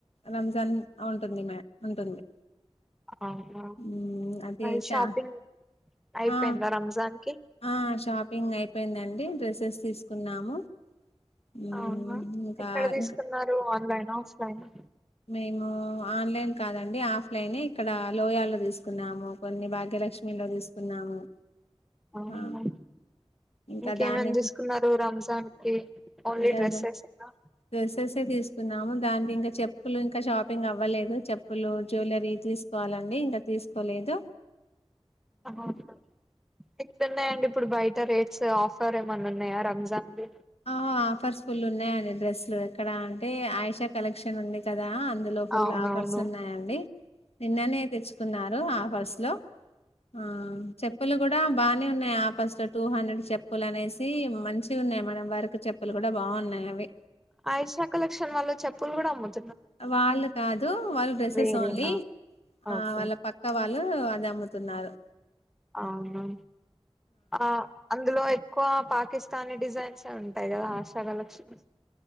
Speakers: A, on the left; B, in the centre.
A: రంజాన్ అవుతుంది ఆ ఉంటుంది
B: అవునా
A: మ్మ్,
B: అది
A: చా
B: షాపింగ్ అయిపోయిందా
A: ఆ
B: రంజాన్ కి
A: ఆ షాపింగ్ అయిపోయిందండి డ్రెస్సెస్ తీసుకున్నాము మ్మ్,
B: అవునా
A: ఇంకా
B: ఎక్కడ తీసుకున్నారు
A: ఇంకా
B: ఆన్లైనా ఆఫ్లైనా
A: మేము ఆన్లైన్ కాదండి ఆఫ్లైనే ఇక్కడ లోయాలో తీసుకున్నాము కొన్ని భాగ్యలక్ష్మిలో తీసుకున్నాము
B: అవును
A: ఆ ఇంకా
B: ఇంకేమేమి
A: దాన్ని
B: తీసుకున్నారు రంజాన్ కి ఓన్లీ
A: ఇంకా
B: డ్రెస్సెసేనా
A: డ్రెస్సెసే తీసుకున్నాము దానికి ఇంకా చెప్పులు ఇంకా షాపింగ్ అవ్వలేదు చెప్పులు జ్యవెలరీ తీసుకోవాలండి ఇంకా తీసుకోలేదు
B: అవునా ఎట్లున్నాయండి ఇప్పుడు బయట రేట్స్ ఆఫర్ ఏమన్నా ఉన్నాయా రంజాన్ కి
A: ఆ ఆఫర్స్ ఫుల్లు ఉన్నాయంండి డ్రెస్సులు ఇక్కడ అంటే ఆయేషా కలెక్షన్ ఉంది కదా అందులో ఫుల్
B: అవునవును
A: ఆఫర్స్ ఉన్నాయండి నిన్ననే తెచ్చుకున్నారు ఆఫర్స్ లో ఆ చెప్పలు కూడా బాగానే ఉన్నాయి ఆఫర్స్ లో టూ హండ్రెడ్ చెప్పులు అనేసి మంచిగున్నాయి మేడం వర్క్ చెప్పులు కూడా బాగున్నాయి అవి
B: ఆయేషా కలక్షన్ వాళ్ళు చెప్పులు కూడా అమ్ము తున్నారా
A: వాళ్ళు కాదు వాళ్ళు డ్రెస్సెస్
B: వేరేనా
A: ఓన్లీ ఆ
B: ఓకే
A: వాళ్ళ పక్క వాళ్ళ వాళ్లు అది అమ్ముతున్నారు
B: అవునా ఆ అందులో ఎక్కువ పాకిస్తానీ డిజైన్స్ ఉంటాయి కదా ఆషాడ లక్ష్మి